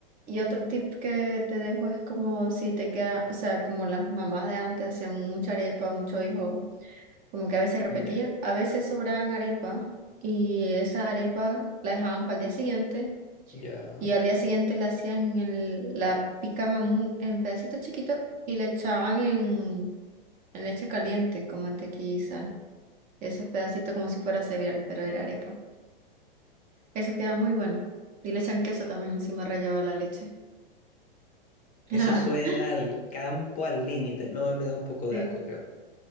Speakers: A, on the right; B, on the left.
A: y otro tip que te dejo es como si te queda, o sea, como las mamás de antes hacían mucha arepa, mucho hijo, como que a veces repetían,
B: Mm, Ya,
A: a veces sobraban arepa y esa arepa la dejaban para el día siguiente.
B: ya.
A: Y al día siguiente la hacían en el- la picaban mu- en pedacitos chiquitos y le echaban en, en leche caliente con mantequilla y sal. Esos pedacitos como si fuera cereal, pero era arepa. Eso queda muy bueno. Y le echan queso también encima rallado de la leche. <laughs>
B: Eso suena al campo al límite. No, me da un poco de
A: sí.
B: asco, creo.